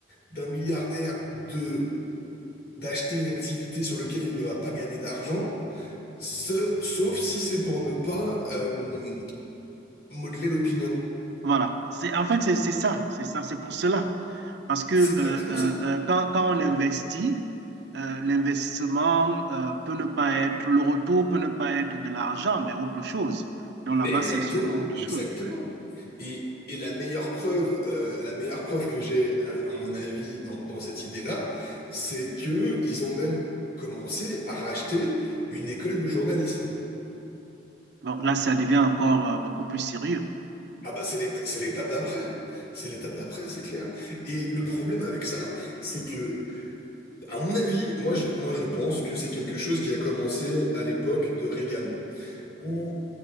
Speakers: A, on the left (about 50°); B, on the right (about 60°).
A: d'un milliardaire de d'acheter une activité sur laquelle il ne va pas gagner d'argent, ce- sauf si c'est pour ne pas euh, modeler l'opinion.
B: Voilà. C'est, en fait, c'est c'est ça. C'est ça. C'est pour cela. Parce que
A: C'est exactement
B: euh, euh,
A: ça.
B: euh, quand, quand on investit, euh, l'investissement euh, peut ne pas être... Le retour peut ne pas être de l'argent, mais autre chose. Donc
A: Mais
B: là-bas,
A: exactement,
B: c'est sûrement autre
A: exactement.
B: chose.
A: Et, et la meilleure preuve, euh, la meilleure preuve que j'ai, à, à mon avis, dans, dans cette idée-là, c'est que ils ont même commencé à racheter une école de journalisme.
B: Bon, là, ça devient encore euh, beaucoup plus sérieux.
A: Ah bah c'est l'éta- c'est l'étape d'après. C'est l'étape d'après, c'est clair. Et le problème avec ça, c'est que À mon avis, moi je, moi je pense que c'est quelque chose qui a commencé à l'époque de Reagan, où